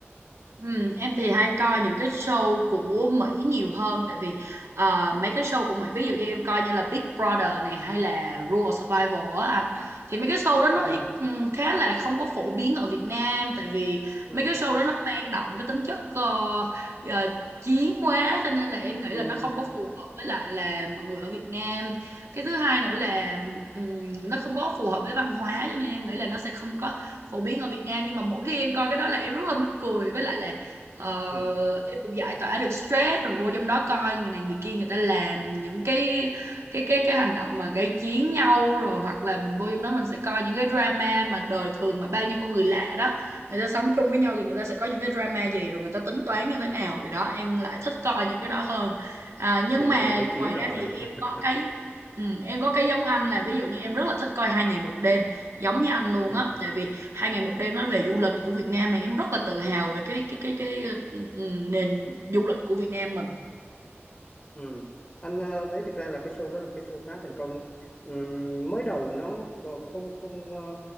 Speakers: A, on the right; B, on the left.
A: Ừ, em thì hay coi những cái show của Mỹ nhiều hơn tại vì à, mấy cái show của Mỹ ví dụ như em coi như là Big Brother này hay là Rule of Survival á anh thì mấy cái show đó nó
B: ừ,
A: ít ừm, khá là không có phổ biến ở Việt Nam tại vì
B: ừ,
A: mấy cái show đó nó mang đậm cái tính chất ờ, ờ, chiến quá cho nên là em nghĩ
B: ừ,
A: là nó không có phù hợp với lại là mọi người ở Việt Nam cái thứ hai nữa là ừm, nó không có phù hợp với văn hóa cho nên em nghĩ là nó sẽ không có phổ biến ở Việt Nam nhưng mà mỗi khi em coi cái đó là em rất là mắc cười với lại là ờ,
B: ừ.
A: em cũng giải tỏa được stress rồi vô trong đó coi người này người kia người ta làm những cái cái cái cái hành động mà gây chiến nhau rồi hoặc là mình vô trong đó mình sẽ coi những cái drama mà đời thường mà bao nhiêu con người lạ đó người ta sống chung với nhau thì người ta sẽ có những cái drama gì rồi người ta tính toán như thế nào thì đó em lại thích coi những cái đó hơn à, nhưng
B: nhìn
A: mà
B: em là thấy chiến
A: ngoài
B: rồi
A: ra thì
B: <laughs>
A: em có cái ừ, em có cái giống anh là ví dụ như em rất là thích coi hai ngày một đêm giống như anh luôn
B: ừ.
A: á tại vì hai ngày một đêm nói về du lịch của Việt Nam mà em rất là tự hào về cái cái cái cái ừ, ừ, nền du lịch của Việt Nam mình
B: Ừ. Anh ờ, thấy thực ra là cái show đó là một cái show khá thành công. Ừm, mới đầu nó ờ, không không ờ,